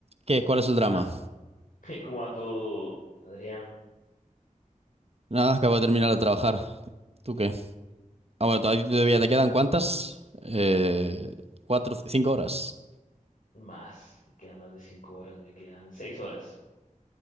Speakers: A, on the right; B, on the left.
A: ¿Qué? ¿Cuál es el
B: ¿Qué
A: drama?
B: más? <laughs> ¿Cómo va todo, Adrián?
A: Nada, acabo de terminar de trabajar. ¿Tú qué? Ah, bueno, todavía todavía te quedan cuántas? Eh, cuatro, cinco horas.
B: Más, me quedan más de cinco horas, me quedan seis horas.